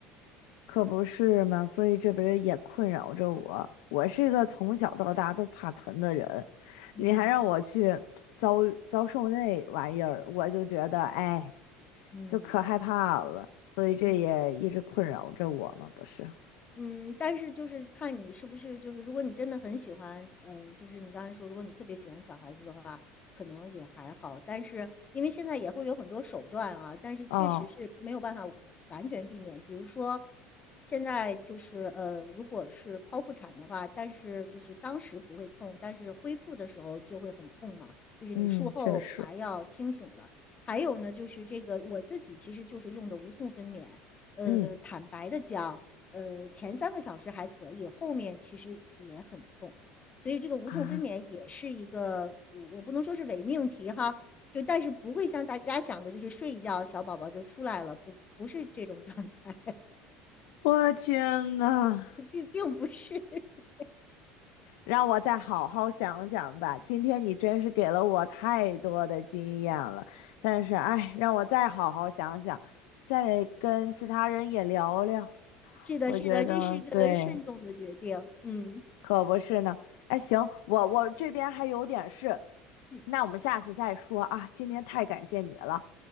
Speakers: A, on the left; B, on the left.
A: 可不是嘛，所以这不是也困扰着我。我是一个从小到大都怕疼的人，
B: 嗯
A: 你还让我去遭遭受那玩意儿，我就觉得哎，
B: 嗯
A: 就可害怕了。所以这也一直困扰着我嘛，
B: 嗯。
A: 不是？
B: 嗯，但是就是看你是不是就是，如果你真的很喜欢，呃，就是你刚才说，如果你特别喜欢小孩子的话，可能也还好。但是因为现在也会有很多手段啊，但是确实是没有办法完全避免。
A: 哦，
B: 比如说，现在就是呃，如果是剖腹产的话，但是就是当时不会痛，但是恢复的时候就会很痛嘛，就是你术后麻药清醒了。
A: 嗯，确实，
B: 还有呢，就是这个我自己其实就是用的无痛分娩。呃，
A: 嗯
B: 坦白的讲。呃，前三个小时还可以，后面其实也很痛，所以这个无痛分娩也是一个，
A: 啊，
B: 我我不能说是伪命题哈，就但是不会像大家想的，就是睡一觉小宝宝就出来了，不不是这种状态，
A: 我天呐！
B: 并并不是，<laughs>
A: 让我再好好想想吧。今天你真是给了我太多的经验了，但是哎，让我再好好想想，再跟其他人也聊聊。
B: 是的，
A: 我觉得对，
B: 是的，这是一个慎重的决定，嗯
A: 可不是呢。哎，行，我我这边还有点事，
B: 嗯，
A: 那我们下次再说啊。今天太感谢你了，